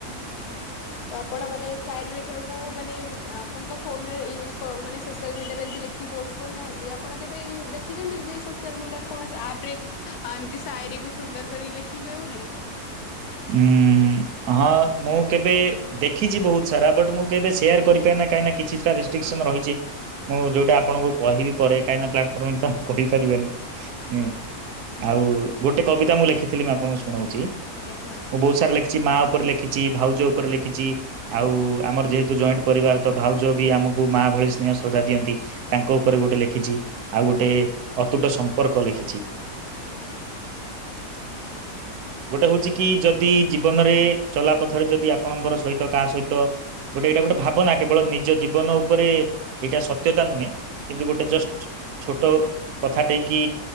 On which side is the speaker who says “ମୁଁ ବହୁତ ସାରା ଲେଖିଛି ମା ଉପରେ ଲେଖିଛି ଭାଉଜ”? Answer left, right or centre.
Right